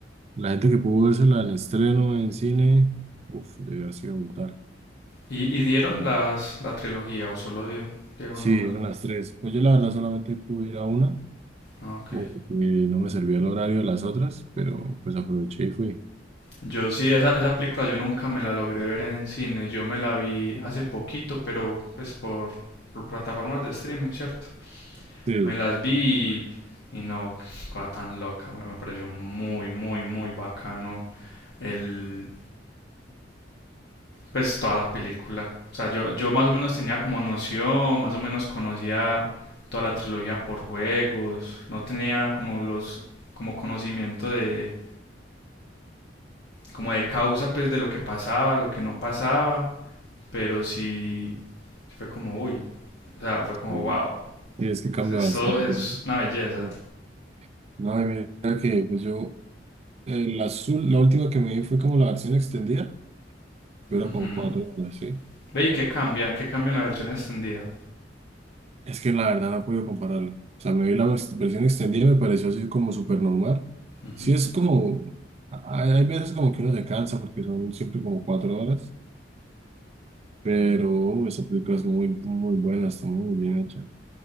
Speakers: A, on the right; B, on the left.
A: la gente que pudo vérsela en estreno, en cine, uff, debió haber sido brutal.
B: ¿Y, y dieron las, la trilogía o solo di- dieron
A: Sí,
B: una?
A: eran las tres. Pues yo la verdad solamente pude ir a una,
B: Ah, ok.
A: porque no me servía el horario de las otras, pero pues aproveché y fui.
B: Yo sí, esa, esa película yo nunca me la logré ver en cine, yo me la vi hace poquito, pero pues por, por plataformas de streaming, ¿cierto?
A: Sí,
B: Me las vi y, y no, cosa tan loca, me, me pareció muy, muy, muy bacano el pues toda la película. O sea, yo, yo más o menos tenía como noción, más o menos conocía toda la trilogía por juegos, no tenía como los, como conocimiento de, como de causa pues de lo que pasaba, lo que no pasaba, pero sí, sí fue como, uy, o sea, fue como,
A: sí,
B: wow,
A: sí, es que cambia
B: esto
A: bastante,
B: es
A: ¿no?
B: una belleza.
A: Sí. No, y mira que pues yo, el azul, la última que me vi fue como la versión extendida, pero
B: Ujú.
A: con cuatro horas, sí.
B: Ve y qué cambia, qué cambia en la versión extendida.
A: Es que la verdad no puedo compararlo. O sea, me vi la vers- versión extendida y me pareció así como súper normal.
B: Ujú,
A: Sí, es como. Hay, hay veces como que uno se cansa porque son siempre como cuatro horas. Pero uh, esa película es muy, muy buena, está muy bien hecha.